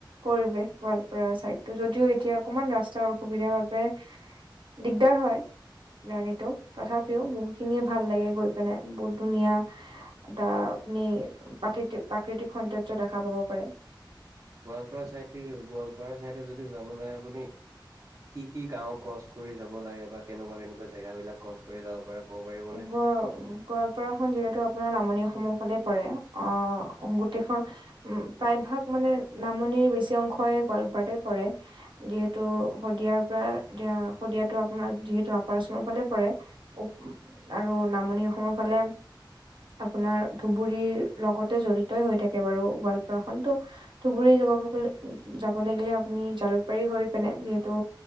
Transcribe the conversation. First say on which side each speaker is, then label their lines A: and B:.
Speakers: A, on the right; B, on the right.
A: পৰিৱেশ গোৱালপাৰা চাইডটো, যদিও এতিয়া অকমান ৰাস্তাৰ অসুবিধাৰ বাবে দিগদাৰ হয়। জাৰ্ণিটো তথাপিও বহুতখিনিয়ে ভাল লাগে গৈ পেলাই, বহুত ধুনীয়া এটা আপুনি প্ৰাত্ৰিতি-প্ৰাকৃতিক সৌন্দৰ্য দেখা পাব পাৰে।
B: গোৱালপাৰা চাইডে, গোৱালপাৰা চাইডে যদি যাব লাগে আপুনি কি কি গাওঁ ক্ৰছ কৰি যাব লাগে বা কেনেকুৱা কেনেকুৱা জেগাবিলাক ক্ৰচ কৰি যাব পাৰে ক'ব পাৰিবনে?
A: <unintelligible> পাৰাখন যিহেতু আপোনাৰ নামনি অসমৰ ফালে পৰে আ, গোটেইখন উ, প্ৰায় ভাগ মানে নামনিৰ বেছি অংশই গোৱালপাৰাতে পৰে। যিহেতু শদিয়াৰ পৰা দিয়া, শদিয়াটো আপোনাৰ যিহেতু আপাৰ আচামৰ ফালে পৰে। উ, আৰু নামনি অসমৰ ফালে আপোনাৰ ধুবুৰীৰ লগতে জড়িতই হৈ থাকে বাৰু গোৱালপাৰাখন ত' ধুবুৰী <unintelligible> যাব লাগিলে আপুনি জালুকবাৰী হৈ পিনে যিহেতু